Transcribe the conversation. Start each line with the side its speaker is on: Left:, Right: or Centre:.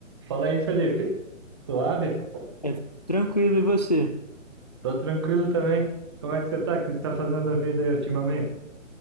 Right: Fala aí, Felipe. Suave?
Left: É, tranquilo, e você?
Right: Tô tranquilo também. Como é que você tá? O que você tá fazendo da vida aí ultimamente?